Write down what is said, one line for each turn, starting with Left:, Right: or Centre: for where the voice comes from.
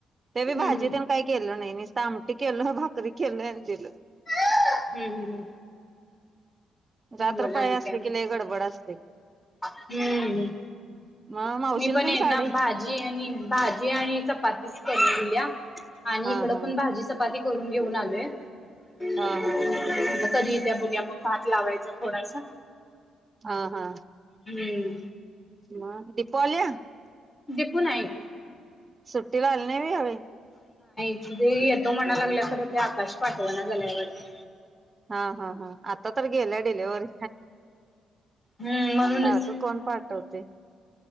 Right: ते
Left: हम्म
Right: मी भाजी
Left: हम्म
Right: तन काही केलं नाही निस्त आमटी के केलं भाकरी केलंय अन गेलं.
Left: हम्म हम्म हम्म.
Right: रात्र
Left: बोला
Right: पाळी
Left: आणि
Right: असली
Left: काय
Right: कि लय गडबड असतय बग.
Left: हम्म हम्म
Right: मग मावशीला
Left: मी पण
Right: तेन
Left: ए
Right: साडी
Left: ना भाजी आणि भाजी आणि चपाती करून दिल्या. आणि
Right: हा
Left: इकडं
Right: हा
Left: पण भाजी चपाती करून घेऊन आलोय. आता
Right: हा हा
Left: कधी येतोया बघुया आपण. हात लावायचा थोडासा
Right: हा हा.
Left: हम्म
Right: मग दिपू आलीया?
Left: दिपू नाही.
Right: सुट्टीला आली नाही व्हयं या वेळी?
Left: <unintelligible> येतो म्हणाय लागलीया खरं ते आकाश पाठवणा झाल्याय वाटतं.
Right: हा हा हा आता तर गेल्या डिलेव्हरी,
Left: हम्म म्हणूनच
Right: सारखं कोण पाठतय. ते